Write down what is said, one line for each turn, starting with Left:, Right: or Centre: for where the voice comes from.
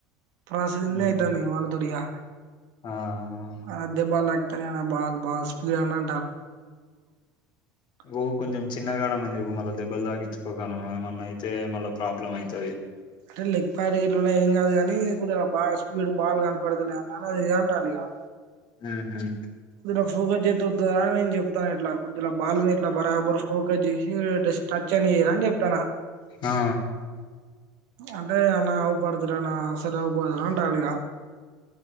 Right: ప్రాసదీనే
Left: మ్,
Right: ఐతదింకా వాళ్ళతోటి ఇక
Left: ఆ
Right: అదే బాలక్ అటగానబాల్ బాల్ స్పిపీడన్న <unintelligible>
Left: ఓ కొంచెం చిన్నగాడమని చెప్పు మళ్ళా దెబ్బలు తాకించుకోకగలమా ఏమన్నా అయితే మళ్ళ ప్రాబ్లమ్ అయితాది.
Right: అంటే లెగ్ <unintelligible> ఏం కాదు గానీ ఇప్పుడా బాల్ స్పీడ్ బాల్ కనపడతులే అన్నా మరి ఇదే అంటాలి ఇక
Left: మ్మ్ హ్మ్
Right: <unintelligible> <unintelligible> చెప్తాన్నా <unintelligible> బాల్ గట్లా బరాబర్ ఫోకస్ చేసి జస్ట్ టచ్ అనిరా అని చెప్తానా
Left: ఆ ఆ
Right: అంటే నా పడుదురన్నాఫ్ <unintelligible> పో అంటండిక